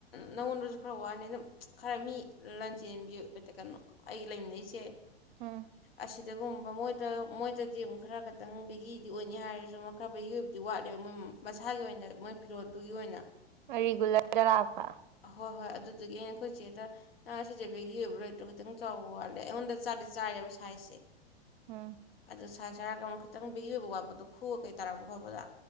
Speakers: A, on the left; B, on the right.
A: ꯅꯪꯉꯣꯟꯗꯁꯨ ꯈꯔ ꯋꯥꯅꯤ ꯑꯗꯨꯝ ꯈꯔ ꯃꯤ ꯂꯟ ꯆꯦꯟꯕꯤ ꯀꯩꯅꯣ ꯑꯩ ꯂꯩꯃꯤꯟꯅꯩꯁꯦ
B: ꯎꯝ
A: ꯑꯁꯤꯗꯒꯨꯝꯕ ꯃꯣꯏꯗ ꯃꯣꯏꯗꯗꯤ ꯑꯃꯨꯛ ꯈꯔ ꯈꯇꯪ ꯕꯦꯒꯤꯗꯤ ꯑꯣꯏꯅꯤ ꯍꯥꯏꯔꯁꯨ ꯈꯔ ꯕꯦꯒꯤ ꯑꯣꯏꯕꯗꯤ ꯋꯥꯠꯂꯦꯕ ꯃꯣꯏ ꯃꯁꯥꯒꯤ ꯑꯣꯏꯅ ꯃꯣꯏ ꯐꯤꯔꯣꯠꯇꯨꯒꯤ ꯑꯣꯏꯅ
B: ꯑꯔꯤꯒꯨꯂꯔꯗ ꯂꯥꯛꯄ
A: ꯑꯍꯣꯏ ꯍꯣꯏ ꯑꯗꯨꯗꯨꯗꯒꯤ ꯑꯩꯅ ꯑꯩꯈꯣꯏ ꯆꯦꯗ ꯁꯤꯁꯦ ꯕꯦꯒꯤ ꯑꯣꯏꯕ ꯂꯣꯏꯇ꯭ꯔꯣ ꯈꯤꯇꯪ ꯆꯥꯎꯕ ꯋꯥꯠꯂꯦ ꯑꯩꯉꯣꯟꯗ ꯆꯥꯗꯤ ꯆꯥꯔꯦꯕ ꯁꯥꯏꯖꯁꯦ
B: ꯎꯝ
A: ꯑꯗꯨꯗ ꯁꯥꯏꯖ ꯍꯥꯏꯔꯒ ꯑꯃꯨꯛ ꯈꯤꯇꯪ ꯕꯦꯒꯤ ꯑꯣꯏꯕ ꯋꯥꯠꯄꯗꯣ ꯈꯨꯔ ꯀꯩ ꯇꯥꯔꯛꯄ ꯈꯣꯠꯄꯗ